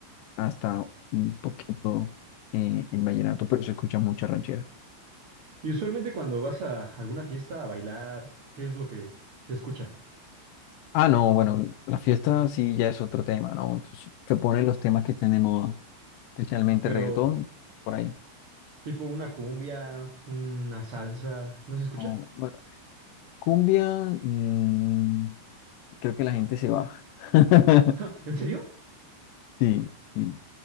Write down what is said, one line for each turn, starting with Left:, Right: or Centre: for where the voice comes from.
Left: hasta un poquito eh, el vallenato, pero se escucha mucha ranchera.
Right: Y usualmente cuando vas a alguna fiesta a bailar, ¿qué es lo que se escucha?
Left: Ah, no, bueno, la fiesta sí ya es otro tema, ¿no? Entonces, se ponen los temas que estén de moda, especialmente
Right: Pero
Left: reggaetón, por ahí.
Right: tipo una cumbia, una salsa, ¿no se escucha?
Left: Oh, bueno, cumbia, mm, creo que la gente se va. <laughs>
Right: <laughs> ¿En serio?
Left: Sí, sí.